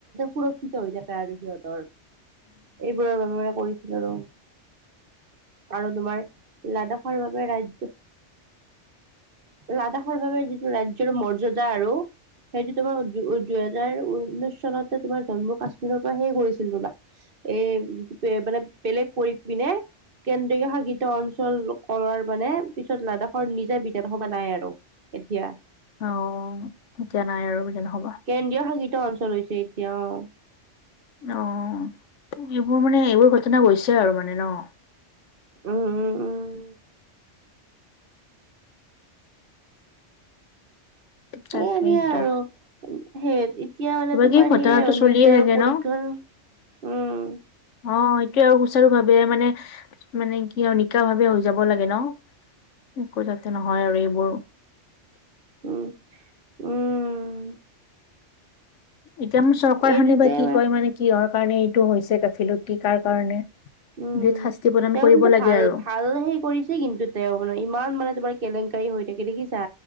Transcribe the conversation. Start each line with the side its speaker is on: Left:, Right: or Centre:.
Right: সুৰক্ষিত হৈ থাকে আৰু সিহঁতৰ এইবোৰৰ বাবে মানে কৰি আৰু আৰু তোমাৰ লাডাখৰ বাবে ৰাজ্য লাডাখৰ বাবে যিটো ৰাজ্যৰ মৰ্যদা আৰু সেইটো তোমাৰ দুহেজাৰ ঊনৈশ চনতে তোমাৰ জন্মু কাশ্মীৰৰ পৰা সেই কৰিছিল ৰবা এই যিটো মানে বেলেগ কৰি পিনে কেন্দ্ৰীয় শাসিত অঞ্চল কৰাৰ মানে পিছত লাডাখৰ নিজা বি বিধানসভা নাই আৰু এতিয়া
Left: অ এতিয়া নাই আৰু বিধানসভা
Right: কেন্দ্ৰীয় শাসিত অঞ্চল হৈছে এতিয়া অ
Left: অ এইবোৰ মানে এইবোৰ ঘটনা গৈছে আৰু মানে ন
Right: উম উম উম
Left: তাকেইতো
Right: এ দিয়া আৰু সেই এতিয়া মানে
Left: কিবা
Right: তোমাৰ
Left: কিবি ঘটনাটো
Right: সেইয়া আৰু
Left: চলিয়ে
Right: নিট
Left: থাকে
Right: আৰু পৰীক্ষাৰ
Left: ন
Right: উম
Left: অ এইটোৱে আৰু সুচাৰু ভাৱে মানে মানে কি আৰু নিকা ভাবে হৈ যাব লাগে ন একো যাতে নহয় আৰু এইবোৰ
Right: উম উম
Left: এতিয়া মোৰ চৰকাৰখনে
Right: এই দুটাই
Left: বা কি কয় মানে কিহৰ কাৰণে এইটো হৈছে গাফিলতি কাৰ কাৰণে
Right: উম
Left: বিধ শাস্তি প্ৰদান
Right: তেওঁ
Left: কৰিব
Right: কিন্তু
Left: লাগে
Right: ভাল
Left: আৰু
Right: ভাল সেই কৰিছে কিন্তু তেওঁ মানে ইমান মানে তোমাৰ কেলেংকাৰী হৈ থাকে দেখিছা